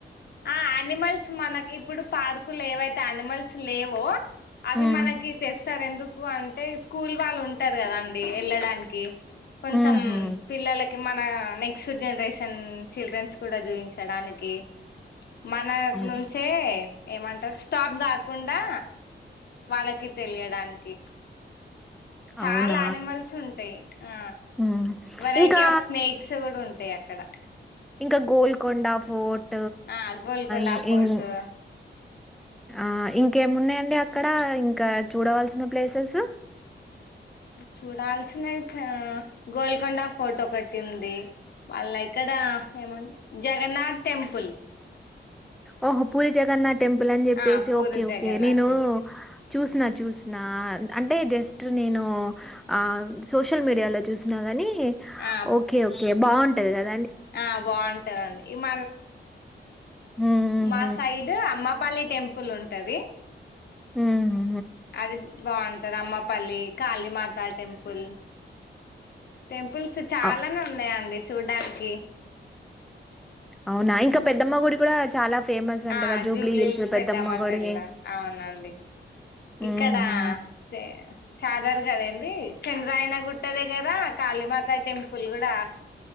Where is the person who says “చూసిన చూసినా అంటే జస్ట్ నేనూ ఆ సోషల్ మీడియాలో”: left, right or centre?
Centre